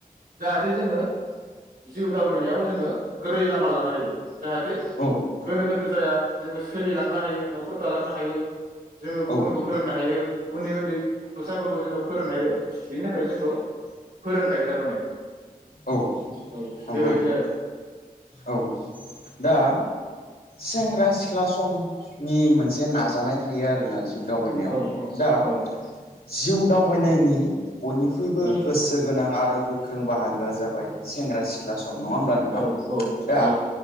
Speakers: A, on the right; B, on the left.
A: जाहाथे जोङो जिउ दावबायनायाव जोङो गोरै लामा लानो हायो। जाहाथे
B: औ
A: गोनो गोथो जाया जोङो सोलिलांनो हायो न'खर दालांनो हायो जोङो गुबुनखौ
B: औ
A: फोरोंनो हायो उन्दै उन्दै गथ'साफोरखौ जोङो फोरोंनो हायो बेनि थाखाय जोंखौ फोरोंखायो थारमाने।
B: औ
A: औ
B: नंगौ
A: बेबायदि आरो।
B: औ दा
A: औ
B: सेंग्रा सिख्ला सम नि मोनसे नाजानाय
A: औ
B: थायो आरोना जिउ दावबायनायाव।
A: औ औ
B: दा
A: औ
B: जिउ दावबायनायनि बयनिख्रुइबो
A: औ
B: गोसो गोनां आरो गो ख्रों बाहा गोआ जाबाय सेंग्रा सि ख्ला सम नङा होमब्ला नोंथां।
A: औ
B: दा
A: औ